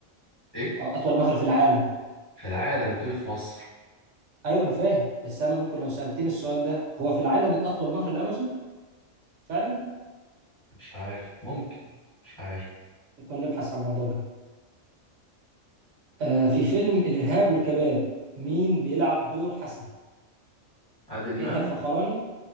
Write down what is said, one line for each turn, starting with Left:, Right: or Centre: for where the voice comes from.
Left: إيه
Right: أو أطول نهر في العالم
Left: في العالم بتقول في مصر
Right: أيوه أنا فاهم بس أنا ممكن لو سألتني السؤال ده هو في العالم أطول نهر الأمازون؟ فعلا
Left: مش عارف ممكن مش عارف
Right: ممكن نبحث عن الموضوع ده آه في فيلم الإرهاب والكباب مين بيلعب دور حسن؟
Left: عادل إمام
Right: يحيى الفخراني